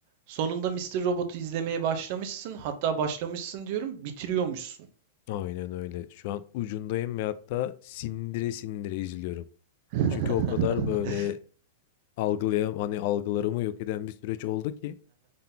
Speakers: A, on the right; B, on the left.
A: Sonunda Mister Robot'u izlemeye başlamışsın. Hatta başlamışsın diyorum, bitiriyormuşsun.
B: Aynen öyle. Şu an ucundayım ve hatta sindire sindire izliyorum.
A: <laughs>
B: Çünkü o kadar böyle algılayam hani algılarımı yok eden bir süreç oldu ki